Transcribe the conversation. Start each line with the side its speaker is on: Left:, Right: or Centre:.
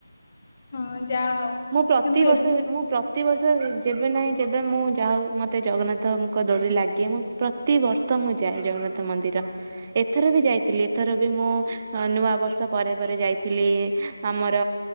Left: ହଁ ଯାହା ହଉ
Right: ମୁଁ ପ୍ରତିିବର୍ଷ
Left: କିନ୍ତୁ ଏ
Right: ମୁଁ ପ୍ର ତି ବର୍ଷ ଯବେ ନାହିଁ କେବେ ମୁଁ ଯା ହଉ ମତେ ଜଗନ୍ନାଥଙ୍କ ଡୋରି ଲାଗେ ମୁଁ ପ୍ରତିିବର୍ଷ ମୁଁ ଯାଏ ଜଗନ୍ନାଥ ମନ୍ଦିର ଏଥର ବି ଯାଇଥିଲି ଏଥର ବି ମୁଁ ନୂଆ ବର୍ଷ ପରେ ପରେ ଯାଇଥିଲି ଆମର